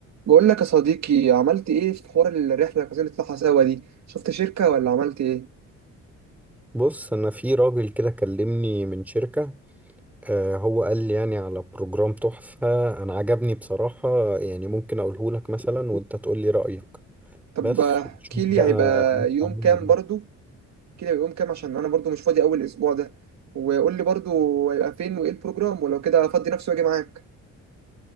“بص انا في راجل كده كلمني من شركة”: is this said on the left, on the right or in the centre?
Centre